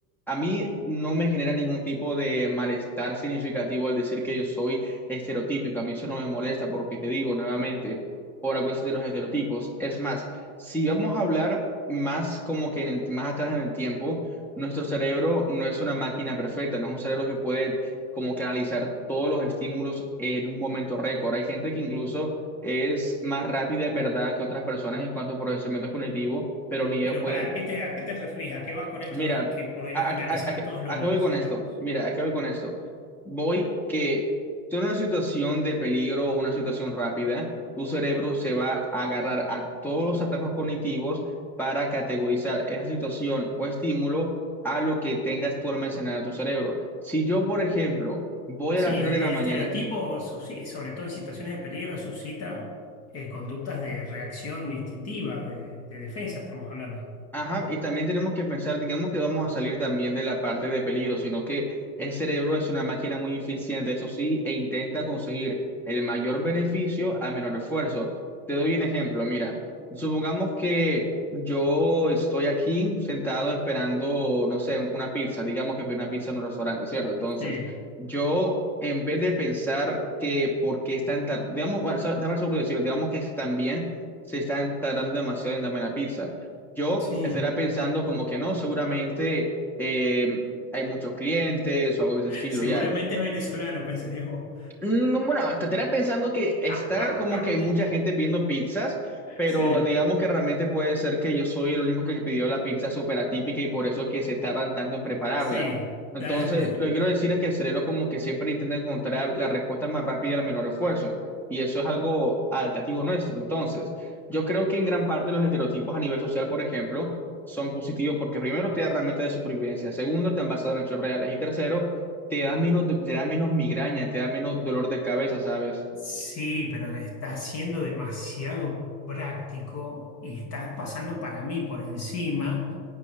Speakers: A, in the centre; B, on the left.
A: A mí no me genera ningún tipo de malestar significativo el decir que yo soy estereotípico. A mí eso no me molesta porque te digo nuevamente, por algo existen los estereotipos. Es más, si vamos a hablar más como que en el, más atrás en el tiempo, nuestro cerebro no es una máquina perfecta, no es un cerebro que puede como que analizar todos los estímulos en un momento récord. Hay gente que incluso es más rápida en verdad que otras personas en cuanto a procesamiento cognitivo, pero ni ellos
B: Pero
A: pueden
B: para, ¿qué te, a qué te referís? ¿A qué vas con esto
A: Mira,
B: que podrás
A: ¿a, a,
B: analizar
A: a- a-
B: todos los,
A: a qué voy con
B: los...
A: esto? Mira, ¿a qué voy con esto? Voy que tú en una situación de peligro o una situación rápida, tu cerebro se va a agarrar a todos los atajos cognitivos para categorizar esa situación o estímulo a lo que tengas tú almacenado en tu cerebro. Si yo, por ejemplo, voy
B: Sí,
A: a las 3
B: el,
A: de
B: el
A: la mañana,
B: estereotipo, susci- sobre todo en situaciones de peligro, suscita eh, conductas de reacción instintiva, de, de defensa, estamos hablando.
A: Ajá, y también tenemos que pensar, digamos que vamos a salir también de la parte de peligro, sino que el cerebro es una máquina muy eficiente, eso sí, e intenta conseguir el mayor beneficio a menor esfuerzo. Te doy un ejemplo, mira, supongamos que yo estoy aquí sentado esperando, no sé, una pizza, digamos que pedí una pizza en un restaurante, ¿cierto? Entonces,
B: Sí,
A: yo en vez de pensar que por qué están tardando, digamos, bueno, sabrás seguro decirlo, digamos que también se están tardando demasiado en darme la pizza yo
B: sí.
A: estaría pensando como que no, seguramente eh, hay muchos clientes o algo de
B: <laughs>
A: ese estilo,
B: Seguramente
A: ya.
B: es venezolano, pensarías vos.
A: No, bueno, te tenía pensando que está
B: <laughs>
A: como que hay mucha gente pidiendo pizzas, pero
B: Sí,
A: digamos que realmente puede ser que yo soy el único que pidió la pizza súper atípica y por eso es que se tardan tanto en prepararla.
B: sí.
A: Entonces,
B: Dale.
A: lo que quiero decir es que el cerebro como que siempre intenta encontrar la respuesta más rápida al menor esfuerzo, y eso es algo adaptativo nuestro. Entonces, yo creo que en gran parte los estereotipos a nivel social, por ejemplo, son positivos porque primero te da herramientas de supervivencia, segundo, te han basado en hechos reales y tercero, te da menos, te da menos migraña, te da menos dolor de cabeza, ¿sabes?
B: Sí, pero está siendo demasiado práctico y estás pasando para mí por encima.